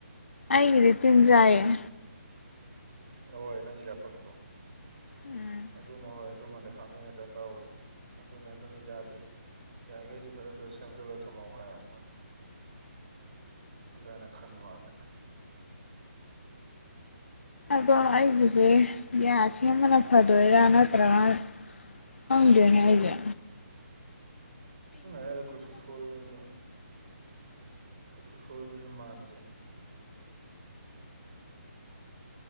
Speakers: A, on the left (about 55°); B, on the right (about 40°).
A: ꯑꯩꯒꯤꯗꯤ ꯇꯤꯟꯖꯌꯦꯦ
B: ꯅꯍꯣꯏ ꯅꯪꯒꯤ ꯌꯥꯄꯪꯗꯣ
A: ꯎꯝ
B: ꯑꯗꯨꯃ ꯍꯣꯏ ꯑꯗꯨꯃꯗꯤ ꯍꯥꯞꯅꯤꯡꯉꯥꯏ ꯗꯔꯀꯥꯔ ꯑꯣꯏꯅꯤ ꯑꯗꯨꯅꯤ ꯑꯗꯨꯅ ꯌꯥꯁꯩ ꯌꯥꯔꯤꯈꯩꯗꯤ ꯐꯖ ꯐꯖ ꯁꯦꯝꯖꯜꯂꯒ ꯊꯝꯃꯎ ꯍꯥꯏ ꯃꯣꯏꯅ ꯑꯗꯅ ꯈꯟ ꯃꯥꯅꯦꯗ
A: ꯑꯗꯣ ꯑꯩꯕꯨꯁꯦ ꯌꯥꯁ ꯁꯦꯝꯕꯅ ꯐꯗꯣꯏꯔꯥ ꯅꯠꯇ꯭ꯔꯒ ꯍꯪꯒ ꯍꯥꯏꯒ
B: ꯌꯥꯔ ꯀꯣꯁꯤꯁꯨꯣꯏ ꯃꯖ ꯀꯁꯨ ꯁꯣꯏꯕꯤꯁꯨ ꯃꯥꯟꯗꯦ